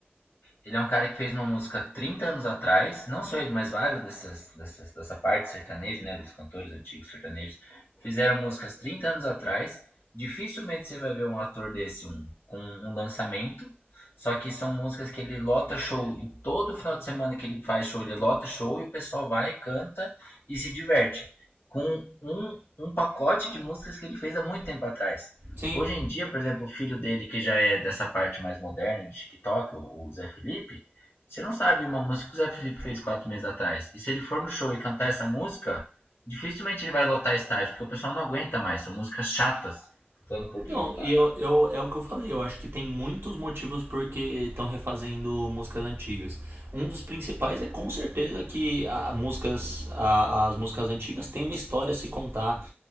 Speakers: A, on the left; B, on the right.
A: Ele é um cara que fez uma música 30 anos atrás, não só ele, mas vários dessas, dessas, dessa parte sertaneja, né, dos cantores antigos sertanejos, fizeram músicas 30 anos atrás. Dificilmente você vai ver um ator desse um, com um lançamento, só que são músicas que ele lota show, em todo final de semana que ele faz show, ele lota show e o pessoal vai, canta e se diverte. Com um, um pacote de músicas que ele fez há muito tempo atrás.
B: Sim.
A: Hoje em dia, por exemplo, o filho dele, que já é dessa parte mais moderna de TikTok, o, o Zé Felipe, você não sabe uma música que o Zé Felipe fez quatro meses atrás. E se ele for no show e cantar essa música, dificilmente ele vai lotar estádio, porque o pessoal não aguenta mais. São músicas chatas, falando em português,
B: Então,
A: claro.
B: e eu, eu- é o que eu falei, eu acho que tem muitos motivos porque estão refazendo músicas antigas. Um dos principais é com certeza que a, a músicas, a- as músicas antigas têm uma história a se contar,